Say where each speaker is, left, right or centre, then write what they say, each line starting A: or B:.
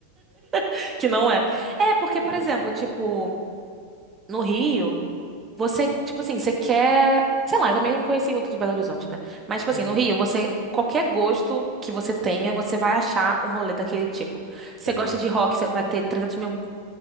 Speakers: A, on the right (about 20°); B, on the right (about 80°).
A: <laughs> que não é. É, porque,
B: Ah,
A: por exemplo, tipo, no Rio. Você, tipo assim, você quer. Sei lá, eu também não conheci muito de Belo Horizonte, né? Mas, tipo
B: uhum,
A: assim, no Rio, você. Qualquer gosto que você tenha, você vai achar um rolê daquele tipo. Você
B: sim.
A: gosta de rock, você vai ter 300 mil